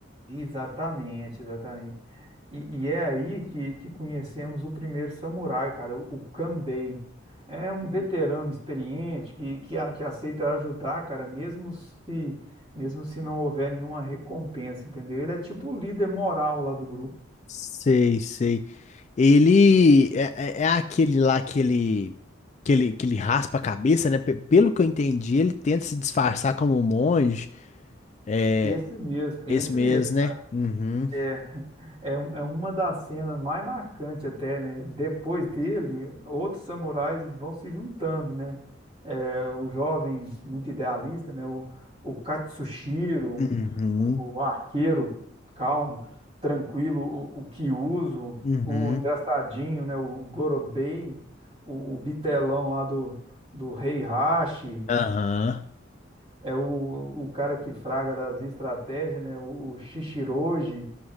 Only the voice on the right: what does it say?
Exatamente, exatamente. E, e é aí que, que conhecemos o primeiro samurai, cara, o, o Kanbei. É um veterano experiente que, que, a- que aceita ajudar, cara, mesmo se, mesmo se não houver nenhuma recompensa, entendeu? Ele é tipo o líder moral lá do grupo.
Esse mesmo, esse
mesmo.
É, É, um- é uma das cenas mais marcantes até, né? Depois dele, outros samurais vão se juntando, né? É, o jovem muito idealista, né? O, o Katsushiro,
o arqueiro calmo, tranquilo, o, o Kyuzo,
o engraçadinho, né? O Gorobei, o, o bitelão lá do, do Rei Hashi,
é o, o cara que fraga das estratégias, né? O, o Shishiroji.